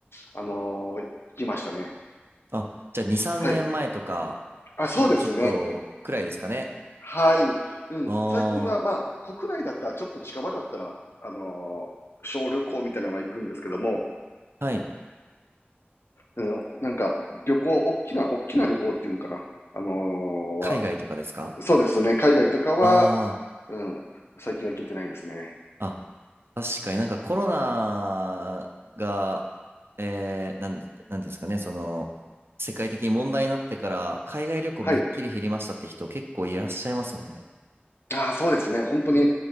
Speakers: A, on the left; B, on the right.
A: あのー行きましたね。
B: あ、じゃあ2、3年前とか、
A: はい。あ、そうですね。
B: もうちょっとくらいですかね。
A: はい。うん。
B: あ
A: 最近は、まあ、国内だったら、ちょっと近場だったら、あのー小旅行みたいなのが行くんですけども、
B: あ、はい。
A: うん、なんか、旅行、大きな、大きな旅行っていうんかな。あのーは、
B: 海外とかですか
A: そうですね。海外とかは、
B: あ
A: うん、最近は行けてないですね。
B: あー、あ確かになんかコロナが、えー、なん、なんですかね、その、世界的に問題になってから、海外旅行めっきり減りましたって人結構いらっしゃいますもんね。
A: はい。ああ、そうですね。本当に、